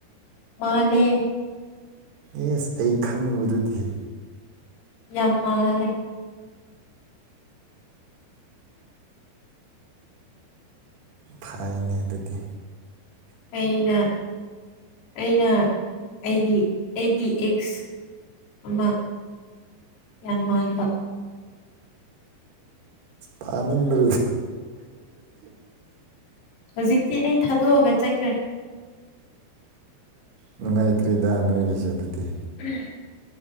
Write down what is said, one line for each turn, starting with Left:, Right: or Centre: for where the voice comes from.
Left: ꯃꯥꯂꯦ
Right: ꯌꯦꯁ ꯑꯩ ꯈꯪꯕꯗꯨꯗꯤ
Left: ꯌꯥꯃ ꯂꯩꯦ
Right: ꯐꯥꯏꯅꯦ ꯑꯗꯨꯗꯤ
Left: ꯑꯩꯅ ꯑꯩꯅ ꯑꯩꯒꯤ ꯑꯩꯒꯤ ꯑꯦꯛꯁ ꯑꯃ ꯌꯥꯝ ꯃꯥꯟꯕ
Right: ꯄꯅꯤꯗ
Left: ꯍꯧꯖꯤꯛꯇꯤ ꯑꯩ ꯊꯥꯗꯣꯛꯑꯒ ꯆꯠꯈ꯭ꯔꯦ
Right: ꯅꯨꯡꯉꯥꯏꯇ꯭ꯔꯤꯗ ꯅꯣꯏꯒꯤꯁꯦ ꯑꯗꯨꯗꯤ
Left: ꯎꯝ